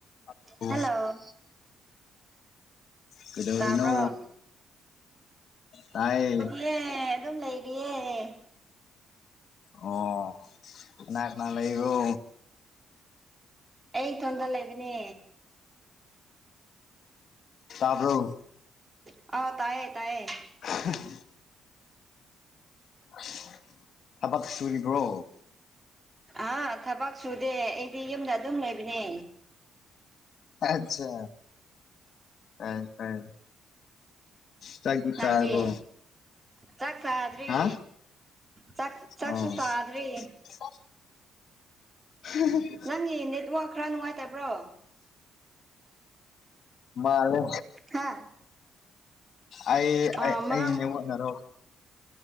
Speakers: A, on the left; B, on the right.
A: ꯍꯠꯂꯣ
B: hello
A: ꯀꯩꯗꯧꯔꯤꯅꯣ
B: ꯇꯥꯕ꯭ꯔꯣ
A: ꯇꯥꯏꯌꯦ
B: ꯑꯦ ꯑꯗꯨꯝ ꯂꯩꯔꯤꯌꯦ
A: ꯑꯣ ꯀꯅꯥ ꯀꯅꯥ ꯂꯩꯔꯤꯔꯣ
B: ꯑꯩ ꯏꯇꯣꯟꯗ ꯂꯩꯕꯅꯦ
A: ꯇꯥꯕ꯭ꯔꯣ
B: ꯑꯣ ꯇꯥꯏꯌꯦ ꯇꯥꯏꯌꯦ
A: <unintelligible> ꯑꯁ ꯊꯕꯛ ꯁꯨꯔꯤꯕ꯭ꯔꯣ
B: ꯑ ꯊꯕꯛ ꯁꯨꯗꯦ ꯑꯩꯗꯤ ꯌꯨꯝꯗ ꯑꯗꯨꯝ ꯂꯩꯕꯅꯦ
A: ꯑꯠꯆꯥ <unintelligible> ꯆꯥꯛꯗꯤ
B: ꯅꯪꯗꯤ
A: ꯆꯥꯔꯕꯣ
B: ꯆꯥꯛ ꯆꯥꯗ꯭ꯔꯤ
A: ꯍꯥ
B: ꯆꯥꯛ ꯆꯥꯛꯁꯨ
A: ꯑꯣ
B: ꯆꯥꯗ꯭ꯔꯤ
A: <unintelligible> <unintelligible>
B: ꯅꯪꯒꯤ ꯅꯦꯠꯋꯥꯛ ꯈꯔ ꯅꯨꯡꯉꯥꯏꯇꯕ꯭ꯔꯣ
A: ꯃꯥꯜꯂꯦ
B: ꯍꯥ
A: ꯑꯩ
B: ꯑꯥ
A: ꯑꯩ
B: ꯃꯔꯝ
A: ꯑꯩꯒꯤ ꯅꯦꯠꯋꯥꯛꯅꯔꯣ